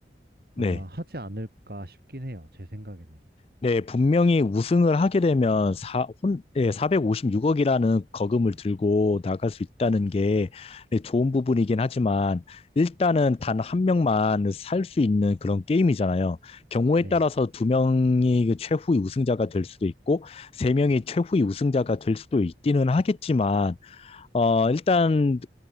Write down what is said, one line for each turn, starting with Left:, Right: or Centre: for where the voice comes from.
Right: 아마
Left: 네,
Right: 하지 않을까 싶긴 해요. 제 생각에는.
Left: 네, 분명히 우승을 하게 되면 사, 혼, 네, 456억이라는 거금을 들고 나갈 수 있다는
Right: 네.
Left: 게 네, 좋은 부분이긴 하지만 일단은 단 한 명만 살 수 있는 그런 게임이잖아요. 경우에
Right: 네.
Left: 따라서 두 명이 그 최후의 우승자가 될 수도 있고 세 명이 최후의 우승자가 될 수도 있기는 하겠지만 어, 일단